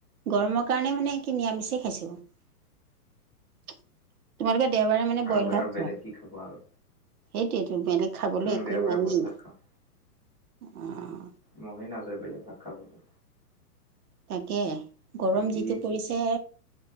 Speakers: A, on the right; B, in the centre.
A: গৰমৰ কাৰণে মানে কি নিৰামিষেই খাইছো। তোমালোকে দেওবাৰে মানে বইল
B: আৰু
A: ভাত
B: আৰু
A: খোৱা,
B: বেলেগ কি খাবা আৰু
A: সেইটোয়েটো বেলেগ খাবলৈ
B: উম
A: একোৱেই
B: দেওবাৰে
A: নাইয়ে,
B: বইল ভাত খাওঁ।
A: অ'।
B: মনেই নাযায় বইল ভাত খাবলৈ।
A: তাকে, গৰম
B: বাকী
A: যিটো পৰিছে।